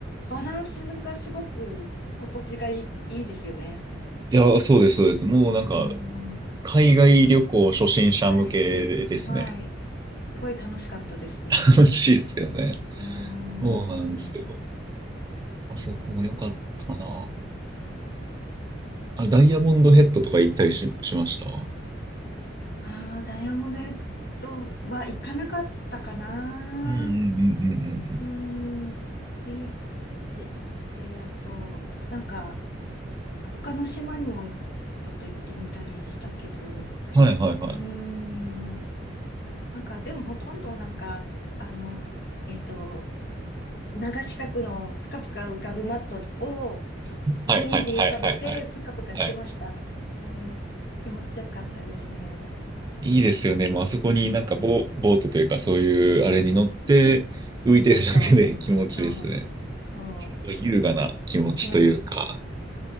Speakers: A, on the left (about 55°); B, on the right (about 20°).
A: バランスがすごく心地がいい、いいですよね。
B: いや、そうです、そうです。もうなんか、
A: うん。
B: 海外旅行初心者向けですね。
A: はい。はい。すごい楽しかったですね。
B: 楽しいですよね。
A: うーん。
B: そうなんですよ。あそこも良かったなあ、あダイヤモンドヘッドとか行ったりし、しました
A: ああダイヤモンドヘッドは行かなかったかな。
B: うんうんうんうんうん
A: うーん。ビーチで、あと、なんか、他の島にもいちょっと行ってみたりしたけど、
B: うん。はいはいはい。
A: うーん、なんかでもほとんどなんか、あの、えっと、流し角のぷかぷか浮かぶマットを
B: はいはいはいはいはい。
A: 海に浮かべてぷかぷかしてました。
B: はい。
A: うん、気持ちよかったですね。
B: いいですよね。もうあそこになんかボ、
A: うん、
B: ボートというかそういうあれに乗って浮いてるだけで気持ちいいですね。
A: そうそうそう、そう、そ
B: 優雅な気持ちというか、
A: う、ね、